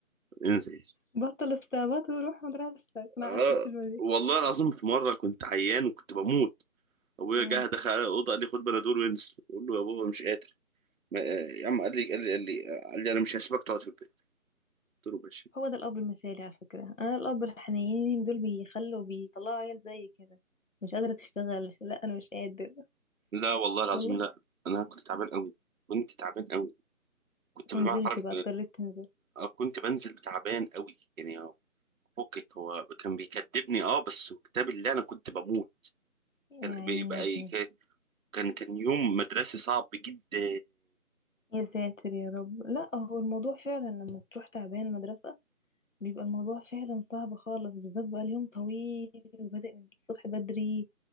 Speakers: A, on the right (about 65°); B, on the left (about 60°).
A: انزل
B: بطل استعباط وروح مدرستك انا عارفه
A: آه
B: الكلمه
A: والله العظيم في مرة كنت عيان وكنت بموت ابويا
B: دي
A: جه دخل على الاوضه قال لي خد بنادول وانزل بقول له يا بابا مش قادر ما... يا عم قال لي قال لي قال لي, قال لي انا مش هسيبك تقعد في البيت قلت له ماشي
B: هو ده الأب المثالي على فكرة أنا الأب الحنينين دول بيخلوا بيطلعوا عيال زي كده مش قادرة تشتغل لا أنا مش قادر
A: لا والله العظيم
B: والله
A: لا انا كنت تعبان قوي كنت تعبان قوي كنت بالمعنى
B: ونزلت
A: حرف
B: بقى اضطريت تنزل
A: كنت بنزل تعبان قوي يعني فكك هو كان بيكدبني اه بس كتاب اللي انا كنت بموت
B: يا
A: كان
B: عيني
A: بيبقى
B: يا
A: أي-
B: ابني
A: كان كان كان يوم مدرسي صعب جدا
B: يا ساتر يا رب لا هو الموضوع فعلا لما تروح تعبان مدرسة بيبقى الموضوع فعلا صعب خالص بالذات بقى اليوم طويل وبادئ من الصبح بدري